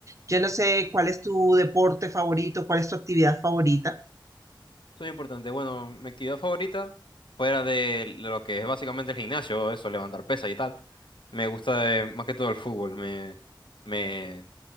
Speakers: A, on the right; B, on the left.
A: Yo no sé cuál es tu deporte favorito, cuál es tu actividad favorita.
B: Eso es importante. Bueno, mi actividad favorita, fuera de lo que es básicamente el gimnasio, eso, levantar pesas y tal, me gusta eh, más que todo el fútbol. Me, me